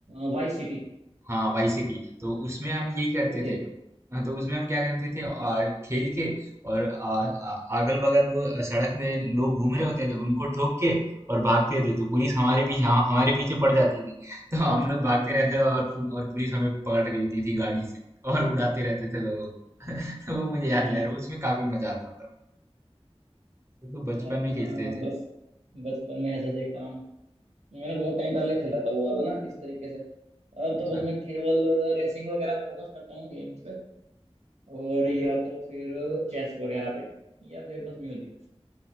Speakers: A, on the right (about 85°); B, on the right (about 25°).
A: वाइस सिटी
B: हाँ वाई सिटी तो उसमें हम यही करते
A: वो खेला
B: थे
A: है
B: हाँ, तो उसमें हम क्या करते थे आ,
A: हम्म
B: खेल के और अगल बगल वो सड़क में लोग घूम रहे होते थे उनको ठोक के और भागते थे तो पुलिस हमारे पीछे हाँ, हमारे पीछे पड़ जाती थी तो हम लोग भागते
A: हम्म
B: रहते थे और और पुलिस हमें पकड़ रही होती थी गाड़ी से और उड़ाते रहते थे लोगों को <laughs> तो वो मुझे याद
A: हम्म
B: है यार उसमें काफी मजा आता था तो बचपन
A: हम्म।
B: में खेलते
A: हाँ
B: थे
A: बस बचपन में ऐसे से काम मैंने बहुत टाइम पहले खेला था वो वाला ना इस तरीके से अब
B: अच्छा
A: तो उसमें केवल रेसिंग वगैरह फोकस करता हूँ गेम्स पे और या तो फिर चेस वगैरह पे या फिर बस म्यूजिक